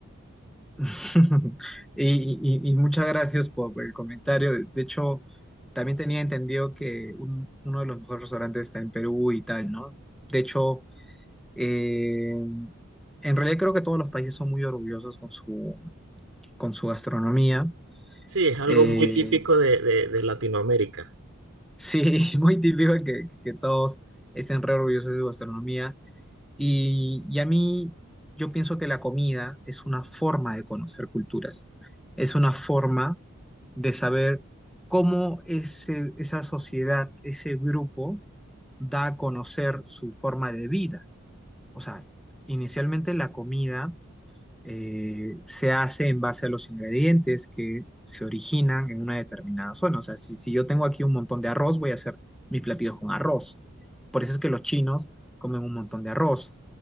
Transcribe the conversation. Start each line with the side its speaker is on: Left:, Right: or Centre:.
Centre: <laughs> Y, y- y muchas gracias por, por el comentario. De de hecho, también tenía entendido que un- uno de los mejores restaurantes está en Perú y tal, ¿no? De hecho, eh, en realidad creo que todos los países son muy orgullosos con su, con su gastronomía.
Right: Sí, es algo
Centre: Eh,
Right: muy típico de de- de Latinoamérica,
Centre: Sí, <laughs> muy típico que, que todos estén re orgullosos de su gastronomía. Y, y a mí, yo pienso que la comida es una forma de conocer culturas, es una forma de saber cómo ese- esa sociedad, ese grupo, da a conocer su forma de vida. O sea, inicialmente la comida eh, se hace en base a los ingredientes que se originan en una determinada zona. O sea, si, si yo tengo aquí un montón de arroz, voy a hacer mis platillos con arroz. Por eso es que los chinos comen un montón de arroz.